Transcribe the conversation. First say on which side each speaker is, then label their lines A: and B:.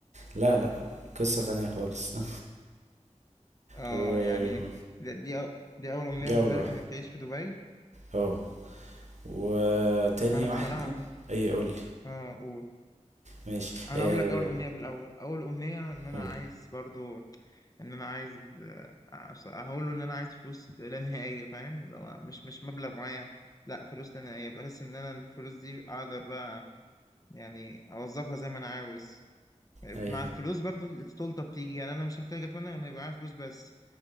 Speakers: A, on the right; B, on the left.
A: لا لا قصة تانية خالص <laughs>
B: اه
A: وجو
B: يعني دي دي, أو... دي أول أمنية
A: لوحده
B: بالنسبة لك إنك تعيش في دبي؟
A: اه وتاني
B: أنا بصراحة
A: واحدة اي قولي
B: اه قول
A: ماشي
B: انا
A: آه،
B: اقول لك اول امنيه في الاول اول امنيه ان انا
A: قول
B: عايز برضو ان انا عايز آه، أص- هقول له ان انا عايز فلوس لا نهائيه فاهم اللي هو مش مش مبلغ معين لا فلوس لا نهائيه بحس ان انا الفلوس دي اقدر بقى يعني اوظفها زي ما انا عاوز مع
A: اي
B: الفلوس برضو السلطه بتيجي يعني انا مش محتاج اتمنى ان يبقى معايا فلوس بس